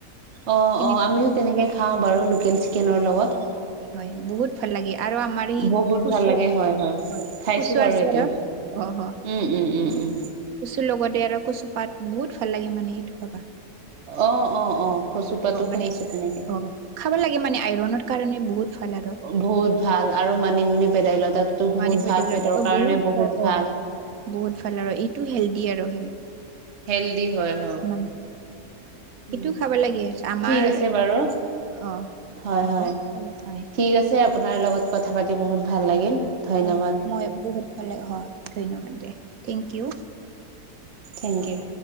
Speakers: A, on the right (about 50°); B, on the right (about 70°).
A: অঁ
B: সেনেকুৱা
A: অঁ আমিও তেনেকে খাওঁ বাৰু লোকেল চিকেনৰ লগত।
B: হয়ঁ হয়ঁ বহুত ভাল লাগে আৰু আমাৰ ই
A: বহুত
B: কুচু
A: ভাল লাগে হয়
B: হয়
A: খাইছো
B: কুচু
A: বাৰু
B: আছে
A: এইটো
B: আৰু অঁ অঁ
A: উম উম উম উম
B: কচুৰ লগতে আৰু কচু পাত বহুত ভাল লাগে মানে সেইটো পাবা।
A: অঁ অঁ অঁ কচু পাতো খাইছো
B: মানে
A: তেনেকে
B: অ খাব লাগে মানে আইৰনৰ কাৰণে বহুত ভাল। আৰু
A: বহুত ভাল আৰু মানিমুনি ভেদাইলতাটো বহুত
B: মানিমুনি
A: ভাল
B: দাইলত
A: পেটৰ
B: অ
A: কাৰণে বহুত
B: অ
A: ভাল।
B: বহুত ভাল আৰু এইটো হেল্ডি আৰু হেল
A: হেল্ডি হয়ঁ হ
B: মানে সেইটো
A: উমঁ
B: খাব লাগে আমাৰ
A: ঠিক আছে বাৰু
B: অ
A: হয়ঁ
B: হ'ব
A: হয়ঁ।
B: হয়
A: ঠিক আছে আপোনাৰ লগত কথা পাতি বহুত ভাল লাগিল। ধন্যবাদ
B: অঁ মই বহুত ভাল লাগে হয় ধন্যবাদ দে থেংক কিউ
A: থেংক কিউ